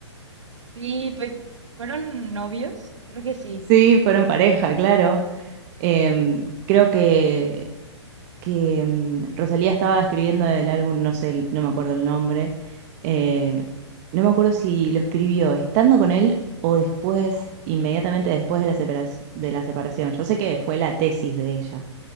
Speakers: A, on the right; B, on the right.
A: Sí, pues, ¿fueron novios? Creo que sí.
B: Sí, fueron pareja, claro. Em, creo que. que mm, Rosalía estaba escribiendo el álbum, no sé, el- no me acuerdo el nombre, eh, no me acuerdo si lo escribió estando con él o después, inmediatamente después de la separaci- de la separación. Yo sé que fue la tesis de ella,